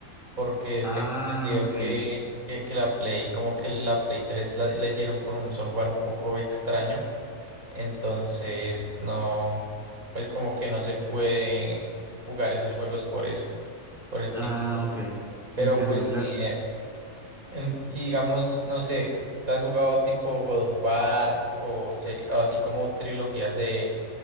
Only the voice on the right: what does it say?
Porque
tengo entendido
que, que, que la Play, como que la Play 3 la la hicieron con un software un poco extraño Entonces, no, pues como que no se puede jugar esos juegos por eso, por el
tipo.
Pero
pues
ni idea. En- y digamos, no sé, ¿te has jugado tipo God of War o, seri- o así como trilogías de,